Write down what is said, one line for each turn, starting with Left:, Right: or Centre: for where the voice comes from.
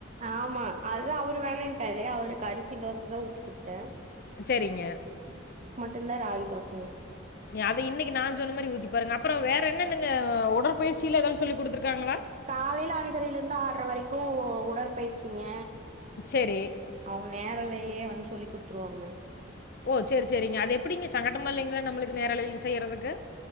Right: ஆமா அதுதான் அவரு வேணான்ட்டாரு அவருக்கு அரிசி தோச தான் ஊத்தி குடுத்தேன்
Left: சரிங்க
Right: ன்னர் ராகி தோச
Left: நீ அத இன்னைக்கு நாஞ்சொன்ன மாதி ஊத்தி பாருங்க அப்புறம் வேற என்னனென்னங்க உடற்பயிற்சியில எதாவது சொல்லி குடுத்திருக்காங்களா
Right: காலையில அஞ்சரைல இருந்து ஆறரை வரைக்கும் உடற்பயிச்சிங்க
Left: சரி.
Right: அவுங்க நேரல் காலையிலயே வந்து சொல்லி குடுத்துருவாங்க
Left: ஓ சேரி சேரிங்க அது எப்பிடிங்க சங்கட்டமா இல்லங்களா நம்பளுக்கு நேரலையில செய்யறதுக்கு